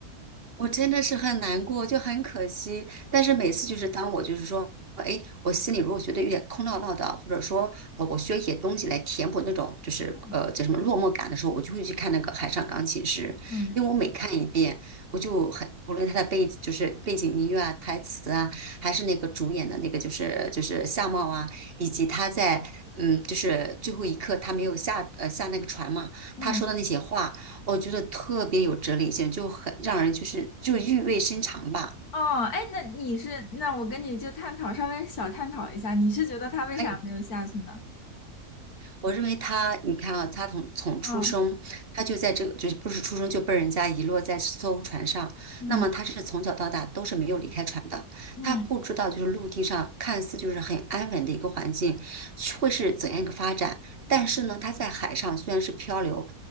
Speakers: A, on the right; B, on the left.
A: 我真的是很难过，就很可惜。但是每次就是当我就是说，哎，我心里如果觉得有点空落落的，或者说呃，我需要一些东西来填补那种就是呃叫什么落寞感的时候，
B: <laughs>
A: 我就会去看那个《海上钢琴师》，
B: 嗯
A: 因为我每看一遍，我就很无论它的背就是背景音乐啊、台词啊，还是那个主演的那个就是就是相貌啊，以及他在嗯就是最后一刻他没有下呃下那个船嘛，
B: 嗯。
A: 他说的那些话。我觉得特别有哲理性，就很让人就是就意味深长吧。
B: 哦，哎，那你是，那我跟你就探讨，稍微小探讨一下，你是觉得他为啥没有下去呢？
A: 可以。我认为他，你看啊，他从从出生，
B: 嗯
A: 他就在这个，就是不是出生就被人家遗落在这艘船上。
B: 嗯
A: 那么他是从小到大都是没有离开船的，
B: 嗯
A: 他不知道就是陆地上看似就是很安稳的一个环境会是怎样一个发展，但是呢，他在海上虽然是漂流，